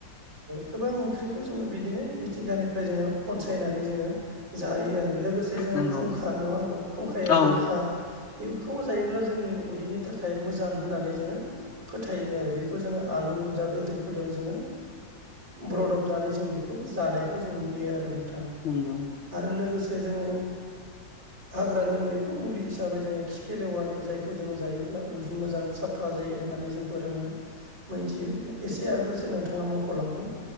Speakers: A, on the right (about 80°); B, on the left (about 45°).
A: गोबां ओंख्रिखौ जोङो बिदिनो मिथिंगानिफ्राय जोङो खनसायनानै जोङो जायो आरो लोगोसे जोङो
B: नंगौ
A: खुंखा नङा होमबा खुंखाया
B: औ
A: गोखा। बेखौ जायोब्ला जोंनि उदैनि थाखाय मोजां होननानै जोङो फोथायो आरो बेखौ जोङो आलु दा बेदरफोरजों जोङो ब्रदबनानै जों बेखौ जानायखौ जों नुयो आरो नोंथां।
B: नंगौ
A: आरो लोगोसे जोङो हाग्रानि मैखौं मुलि हिसाबै जोङो खिफ लेवानि जायखौ जों जायोब्ला उददि मोजां साफ फा जायो होननानै जोंबो रोङो मोनथियो एसे आगोलसो नोंथाङा मख'लांबाय